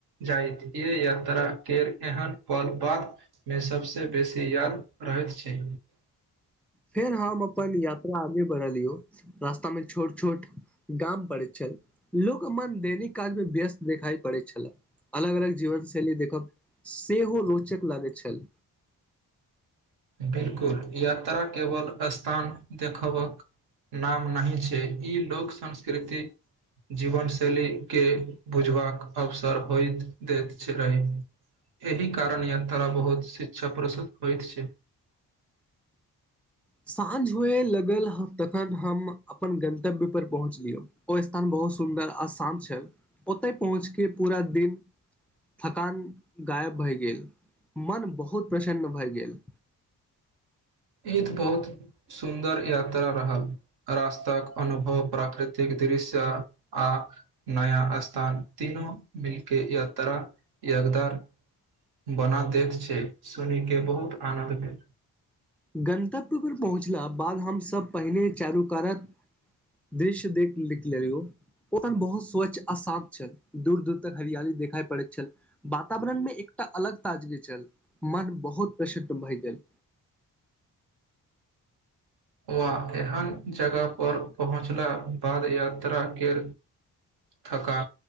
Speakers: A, on the right (about 75°); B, in the centre.
A: जायत य यात्रा केर एहन फल बादमे सभसँ बेसी याद रहैत छै
B: फेर हम अपन यात्रा आगे बढ़लियौ रास्ता मे छोट छोट गाम पड़ैत छल लोक अपनन दैनिक काज मे व्यस्त देखाई पड़ैत छले अलग अलग जीवन शैली देखब सेहो रोचक लागैत छल
A: बिलकुल यात्रा केवल स्थान देखबक नाम नहिही छै ई लोक संस्कृति जीवन शैली के बुझबाक अवसर होइत दैत रही एहि कारण यात्रा बहुत शिक्षा प्रस होयत छै
B: साँझ हुए लगल तखन हम अपन गन्तव्य पर पहुँचलियौ ओ स्थान बहुत सुन्दर आ शान्त छल ओतय पहुँच के पूरा दिन थकान गायब भए गेल मन बहुत प्रसन्न भए गेल
A: ईत बहुत सुन्दर यात्रा रहल रास्ताक अनुभव प्राकृतिक दृश्य आ नया स्थान तीनू मिलके यात्रा यगदार बना दैत छै सुन कऽ बहुत आनन्द भेल
B: गन्तव्य पर पहुँचला बाद हमसभ पहिने चारू कारक दृश्य देख लिख लेलिय ओ बहुत स्वच्छ आ शान्त छल दूर दूर तक हरियाली देखाइ पड़ैत छल वातावरण मे एकटा अलग ताजगी छल मन बहुत प्रसन्न भहि गेल
A: वा एहन जगह पर पहुँचला बाद यात्रा के थका